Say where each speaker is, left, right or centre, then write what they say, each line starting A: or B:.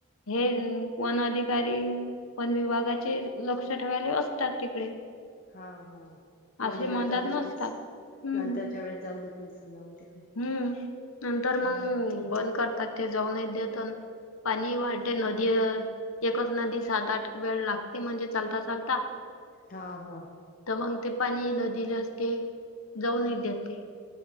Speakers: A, on the left; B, on the left.
A: हे वन अधिकारी पण विभागाचे लक्ष ठेवायले असतात तिकडे
B: हा हा म्हणजे
A: असे मधात
B: नंतर त्या
A: नसतात
B: वळेस
A: हम्म.
B: नंतर ज्या वेळेस जाऊ देत मी समजावून तिकडे
A: हम्म नंतर मग
B: ह
A: बंद करतात ते जाऊन य द तर पाणी वाढते नदी एकच नदी सात आठ वेळ लागते म्हणजे लता चालता
B: हा हा
A: तर मग ते पाणी नदीला असते जाऊन येत देते